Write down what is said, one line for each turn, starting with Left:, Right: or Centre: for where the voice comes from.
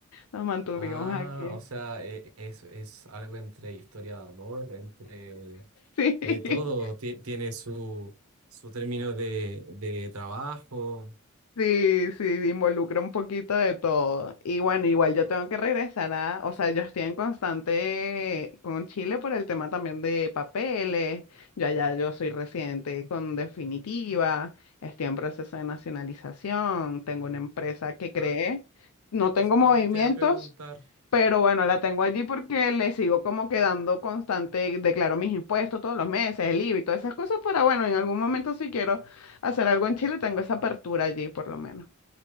Left: Nos mantuvimos
Right: Ah,
Left: aquí.
Right: o sea, e- es, es algo entre historia de amor, entre
Left: <laughs>
Right: de todo.
Left: Sí.
Right: Ti- tiene su, su término de, de trabajo.
Left: Sí, sí, involucra un poquito de todo. Y bueno, igual yo tengo que regresar a, o sea, yo estoy en constante con Chile por el tema también de papeles. Yo allá yo soy residente con definitiva, estoy en proceso de nacionalización, tengo una empresa que creé,
Right: Ah,
Left: no tengo
Right: eso
Left: movimientos,
Right: también te voy a preguntar.
Left: pero bueno, la tengo allí porque le sigo como quedando constante, declaro mis impuestos todos los meses, el IVA y todas esas cosas, para bueno, en algún momento si quiero hacer algo en Chile, tengo esa apertura allí por lo menos.